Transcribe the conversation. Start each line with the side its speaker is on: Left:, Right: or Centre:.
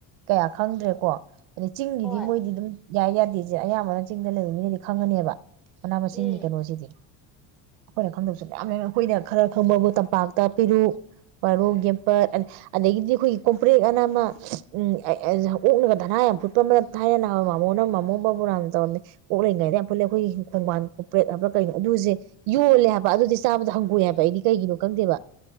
Right: ꯀꯌꯥ ꯈꯪꯗ꯭ꯔꯦꯀꯣ ꯆꯤꯡꯒꯤꯗꯤ
Centre: ꯍꯣꯏ
Right: ꯃꯣꯏꯗꯤ ꯑꯗꯨꯝ ꯌꯥꯏ ꯌꯥ ꯗꯤꯁꯦ ꯑꯌꯥꯝꯕꯅ ꯆꯤꯡꯗ ꯂꯩꯕ ꯃꯤꯅꯗꯤ ꯈꯪꯒꯅꯦꯕ ꯃꯅꯥ ꯃꯁꯤꯡꯒꯤ
Centre: ꯎꯝ
Right: ꯀꯩꯅꯣꯁꯤꯗꯤ ꯑꯩꯈꯣꯏꯅ ꯈꯪꯗꯕꯁꯨ ꯃꯌꯥꯝ ꯂꯩ ꯑꯩꯈꯣꯏꯅ ꯈꯔ ꯈꯪꯕꯕꯨ ꯇꯝꯄꯥꯛꯇ ꯄꯦꯔꯨꯛ, <unintelligible> ꯌꯦꯝꯄꯠ ꯑꯗꯒꯤꯗꯤ ꯑꯩꯈꯣꯏꯅ ꯀꯣꯝꯄ꯭ꯔꯦꯛ ꯑꯅ ꯑꯃ ꯎꯪ ꯑꯣꯛꯅꯒ ꯙꯅꯥ ꯌꯥꯝ ꯐꯨꯠꯄ ꯑꯃꯅ ꯊꯥꯏꯅ ꯅꯍꯥꯟꯋꯥꯏ ꯃꯥꯝꯃꯣꯅ ꯃꯥꯝꯃꯣ ꯕꯕꯨꯔꯥꯝꯅ ꯇꯧꯔꯝꯃꯦ ꯑꯣꯛ ꯂꯩꯔꯤꯉꯩꯗ ꯌꯥꯝ ꯐꯨꯠꯂꯦ ꯑꯩꯈꯣꯏꯒꯤ ꯈꯣꯡꯕꯥꯟ ꯀꯣꯝꯄ꯭ꯔꯦꯛ ꯍꯥꯏꯕ꯭ꯔꯥ ꯀꯩꯅꯣ ꯑꯗꯨꯖꯦ ꯌꯣꯜꯂꯦ ꯍꯥꯏꯕ ꯑꯗꯨꯗꯤ ꯆꯥꯕꯗ ꯍꯪꯒꯣꯏ
Centre: ꯎꯝ
Right: ꯍꯥꯏꯕ ꯑꯩꯗꯤ ꯀꯩꯒꯤꯅꯣ ꯈꯪꯗꯦꯕ